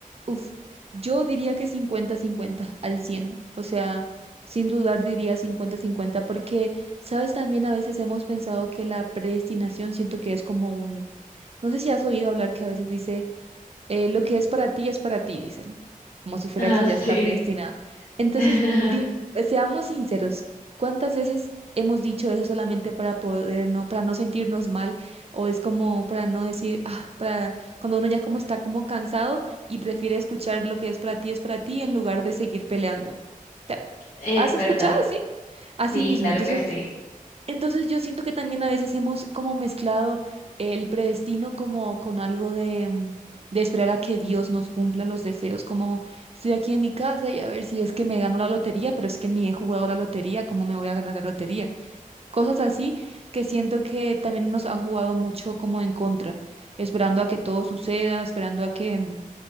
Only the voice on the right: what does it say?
uff, yo diría que cincuenta cincuenta al cien o sea, sin dudar diría cincuenta cincuenta porque, sabes, también a veces hemos pensado que la predestinación siento que es como No sé si has oído hablar que a veces dice, eh, lo que es para ti es para ti, dicen, como si fuera
que ya
está predestinado. Entonces,
di- eh, seamos sinceros, ¿cuántas veces hemos dicho eso solamente para poder no, para no sentirnos mal? O es como para no decir, ah, para cuando uno ya como está como cansado y prefiere escuchar lo que es para ti es para ti en lugar de seguir peleando. ¿Te-
¿Has escuchado?
Sí.
Así mismo.
Entonces,
entonces yo siento que también a veces hemos como mezclado el predestino como con algo de, mm, de esperar a que Dios nos cumpla los deseos, como estoy aquí en mi casa y a ver si es que me gano la lotería, pero es que ni he jugado la lotería, ¿cómo me voy a ganar la lotería? Cosas así que siento que también nos han jugado mucho como en contra, esperando a que todo suceda, esperando a que... mm,